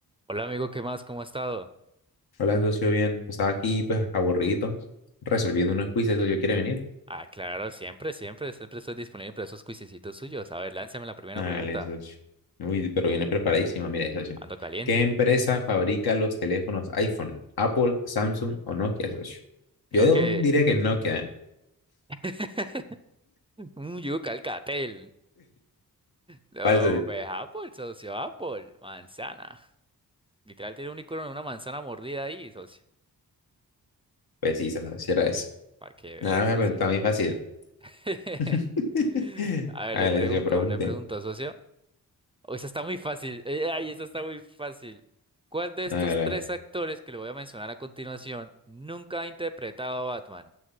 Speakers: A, on the right; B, on the left.
A: Hola amigo, ¿qué más? ¿Cómo ha estado?
B: Hola, socio, bien. Estaba aquí, pues, aburrido, resolviendo unos quizzes, socio. ¿Quiere venir?
A: Ah, claro, siempre, siempre, siempre estoy disponible para esos cuisecitos suyos. A ver, lánzame la primera
B: Dale,
A: pregunta.
B: socio. Uy, pero viene preparadísima, mire, socio.
A: Ando caliente.
B: ¿Qué empresa fabrica los teléfonos iPhone? ¿Apple, Samsung o Nokia, socio?
A: Creo
B: Yo
A: que...
B: diría que es Nokia, ¿eh?
A: <laughs> Un yuca al catel. No,
B: ¿Cuál, socio?
A: pues Apple, socio, Apple. Manzana. Literal tiene un icono de una manzana mordida ahí, socio.
B: Pues sí, socio, si era eso.
A: Para que vea,
B: Nada, me
A: socito.
B: preguntaba muy fácil.
A: <laughs>
B: <laughs>
A: A ver,
B: Dale,
A: le pregunto,
B: socio, pregunte.
A: le pregunto, socio. O esa está muy fácil. Eh, Ay, esa está muy fácil. ¿Cuál de
B: Dale,
A: estos
B: a ver.
A: tres actores que le voy a mencionar a continuación nunca ha interpretado a Batman?